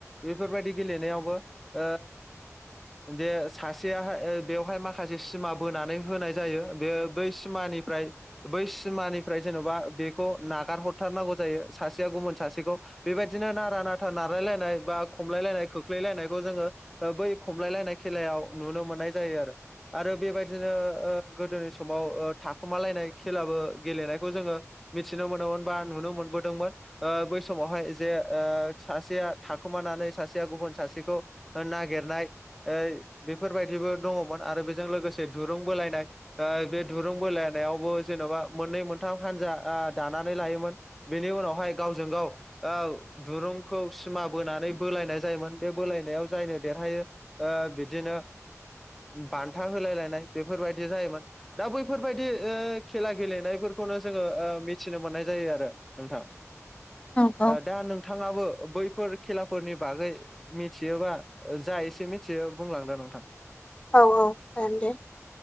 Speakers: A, in the centre; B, on the left (about 20°).
A: बेफोरबायदि गेलेनायावबो ओ दे सासेयााय बेवहाय माखासे सिमा बोनानै होनाय जायो बे बै सिमानिफ्राय बै सिमानिफ्राय जेन'बा बेखौ नागार हरथारनांगौ जायो सासेया गुबुन सासेखौ बेबायदिनो नारा नाथा नारलायलायनाय बा खमलायलायनाय खोख्लैलायनायखौ जोङो बै खमलायलायनाय खेलायाव नुनो मोननाय जायो आरो आरो बेबायदि बिदिनो गोदोनि समाव थाखुमालायनाय खेलाबो गेलेनायखौ जोङो मिथिनो मोनोमोन बा नुनो मोनबोदोंमोन। बै समावहाय जे सासेया थाखोमानानै सासेया गुबुन सासेखौ नागिरनाय बेफोरबायदिबो दङमोन आरो बेजों लोगोसे दुरुं बोलायनाय बे दुरुं बोलायनायावबो जेन'बा मोननै मोनथाम हानजा दानानै लायोमोन बेनि उनावहाय गावजों गाव दुरुंखौ सिमा बोनानै बोलायनाय जायोमोन बे बोलायनायाव जायनो देरहायो ओ बिदिनो बान्था होलाय लायनाय बेफोरबायदि जायोमोन दा बैफोरबायदि खेला गेलेनायफोरखौनो जोङो मिथिनो मोननाय जायो आरो। नोंथां
B: औ
A: दा नोंथाङाबो बैफोर खेलाफोरनि बागै मिथियोबा जा एसे मिथियो बुंलांद नोंथांं?
B: औ औ जागोन दे